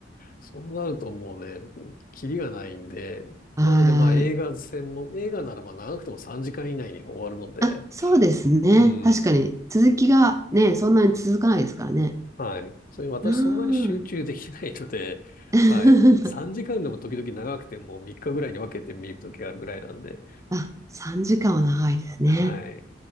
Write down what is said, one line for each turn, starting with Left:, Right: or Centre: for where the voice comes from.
Left: そうなるともうね、キリがないんで、
Right: <laughs>
Left: なのでまあ映画専門、
Right: はーい。
Left: 映画ならば長くても3時間以内に終わるので、
Right: あ、そうですね。
Left: うん、
Right: 確かに続きがね、そんなに続かないですからね。
Left: はい。それに私そんなに集中できないので、
Right: うん。<laughs>
Left: はい。3時間でも時々長くても3日ぐらいに分けて見るときあるぐらいなんで、
Right: あ、3時間は長いですね。
Left: はい。